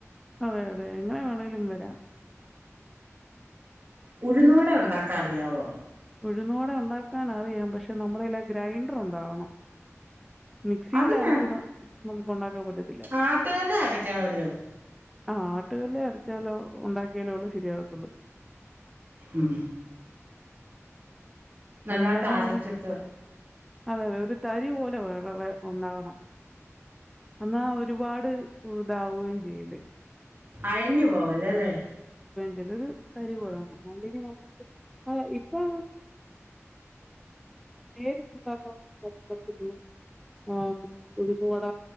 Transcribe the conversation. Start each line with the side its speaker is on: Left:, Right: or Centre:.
Centre: അതെ അതെ എങ്ങനെ വേണേലും വരാം
Right: ഉഴുന്ന് വട ഉണ്ടാക്കാറിയാവോ
Centre: ഉഴുന്നോടെ ഉണ്ടാക്കാൻ അറിയാം പക്ഷെ നമ്മളില്ല ഗ്രൈൻഡർ ഉണ്ടാവണം മിക്സിയിൽ
Right: അത് വേ
Centre: അരച്ചി നമുക്ക് ഉണ്ടാക്കാൻ പറ്റത്തില്ല
Right: ആട്ടുകല്ലിൽ അരക്കാവല്ലോ
Centre: ആഹ് ആട്ടുകല്ലേ അടച്ചാലോ ഉണ്ടാക്കിയാലോ ഉള്ളു ശരിയാവത്തുള്ളു
Right: ഉം നല്ലായിട്ട്
Centre: അല്ലാതെ
Right: അരച്ചിട്ട്
Centre: ന അതെ അതെ ഒരു തരി പോലെ വേറെ വ ഉണ്ടാവണം എന്നാ ഒരുപാട് ഇതാവുകയും ചെയ്യല്
Right: അയഞ്ഞു പോവല്ലല്ലേ
Centre: ചിലരു തരി പോലെന്ന അല്ലെങ്കിൽ നമുക്ക് ഇപ്പഴ നേരിട്ട ഉണ്ടാക്കത്തിലുള്ള ആ ഉഴുവട